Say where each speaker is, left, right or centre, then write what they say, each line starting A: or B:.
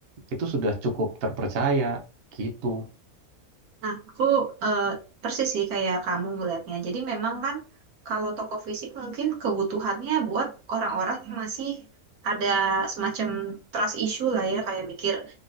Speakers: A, on the right; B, on the right.
A: itu sudah cukup terpercaya gitu.
B: Nah, aku eh, persis sih kayak kamu melihatnya. Jadi memang kan kalau toko fisik mungkin kebutuhannya buat orang-orang yang masih ada semacam trust issue lah ya, kayak mikir